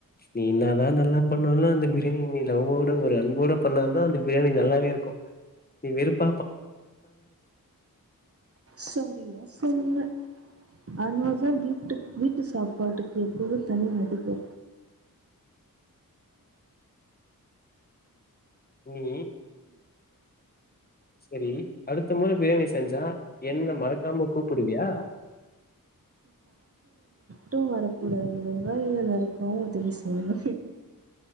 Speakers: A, on the left; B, on the right.
A: நீ என்னதா நல்லா பண்ணாலு அந்த பிரியாணி நீ லவ்வோட ஒரு அன்போட பண்ணா தா அந்த பிரியாணி நல்லாவேருக்கு நீ விருப்
B: சரியா சொன்ன அதனால தா வீட்டு வீட்டு சாப்பாட்டுக்கு எப்போது தனி மதிப்பு
A: நீ சேரி அடுத்த மொர பிரியாணி செஞ்சா என்ன மறக்காம கூப்புடுவியா
B: மட்டு வரக்கூடாது வெங்காயோலா நறுக்கவு உதவி செய்யனு